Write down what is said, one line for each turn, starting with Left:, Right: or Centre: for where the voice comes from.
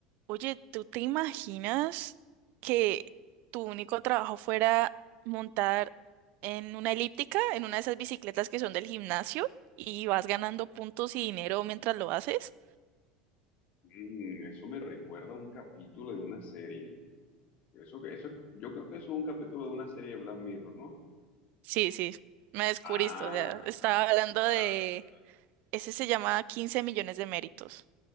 Right: Oye, ¿tú te imaginas que tu único trabajo fuera montar en una elíptica, en una de esas bicicletas que son del gimnasio, y vas ganando puntos y dinero mientras lo haces?
Left: Mm, eso me recuerda a un capítulo de una serie. Eso que eso, yo creo que eso es un capítulo de una serie de Black Mirror, ¿no?
Right: Sí, sí, me descubriste,
Left: Ah,
Right: o sea, estaba
Left: ah,
Right: hablando
Left: claro,
Right: de...
Left: claro.
Right: Ese se llama 15 millones de méritos.